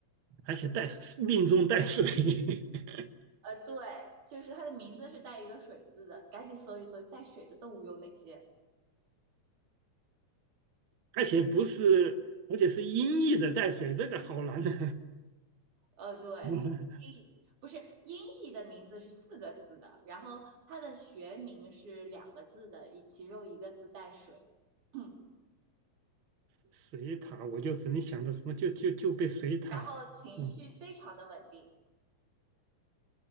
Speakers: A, on the right (about 50°); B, on the right (about 85°).
A: 而且带命中带水，<laughs>
B: 呃，对，就是它的名字是带一个水字的，赶紧搜一搜带水的动物有哪些。
A: 而且不是，而且是音译的带水，这个好难的。
B: 呃，对，
A: <laughs>
B: 音不是音译的名字是四个字的，然后它的学名是两个字的，一其中一个字带水。<clears throat>
A: 水塔，我就只能想到什么，就就就被水塔，
B: 然后情绪非常的稳定，
A: 嗯